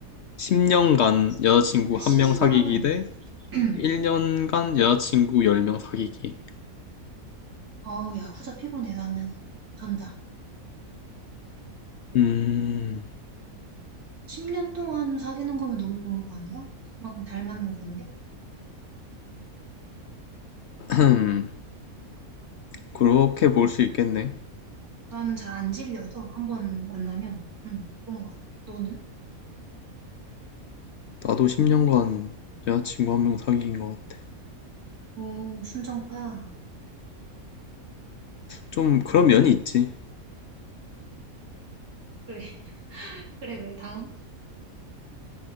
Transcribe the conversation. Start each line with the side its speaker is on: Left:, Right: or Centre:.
Left: 10년간 여자친구
Right: 아,
Left: 한
Right: 10년.
Left: 명 사귀기 대
Right: <clears throat>
Left: 1년간 여자친구 열 명 사귀기.
Right: 어우, 야, 후자 피곤해. 나는 전다.
Left: 음,
Right: 10년 동안 사귀는 거면 너무 좋은 거 아니야? 그만큼 닮았는 건데?
Left: 음, 그렇게 볼 수 있겠네.
Right: 나는 잘 안 질려서 한 번 만나면 응 그런 것 같아. 너는?
Left: 나도 10년간 여자친구 한 명 사귄 것 같아.
Right: 오 순정파.
Left: 좀 그런 면이 있지.
Right: 그래 그래 그래 다음